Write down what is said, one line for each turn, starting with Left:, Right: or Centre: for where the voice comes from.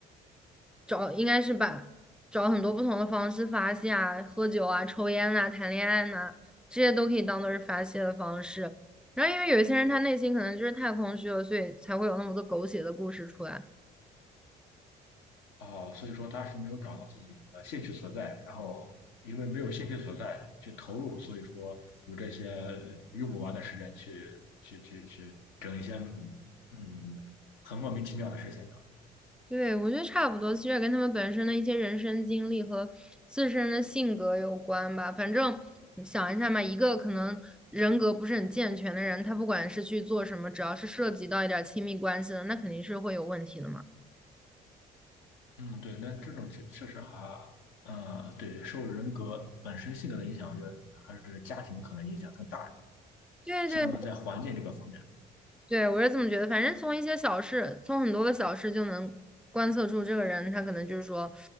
Centre: 找，应该是把找很多不同的方式发泄啊，喝酒啊、抽烟呐、谈恋爱呐、这些都可以当做是发泄的方式。然后因为有一些人他内心可能就是太空虚了，所以才会有那么多狗血的故事出来。
Left: 哦，所以说他是没有找到自己的兴趣所在，然后因为没有兴趣所在去投入，所以说有这些用不完的时间去去去去整一些嗯很莫名其妙的事情上。
Centre: 对，我觉得差不多，其实也跟他们本身的一些人生经历和自身的性格有关吧。反正你想一下嘛，一个可能人格不是很健全的人，他不管是去做什么，只要是涉及到一点儿亲密关系的，那肯定是会有问题的嘛。
Left: 嗯，对，那这种确确实还呃对受人格本身性格的影响，我觉得还是家庭可能影响更大，
Centre: 对对
Left: 像在环境这个方面。
Centre: 对，我是这么觉得，反正从一些小事，从很多个小事就能观测出这个人，他可能就是说，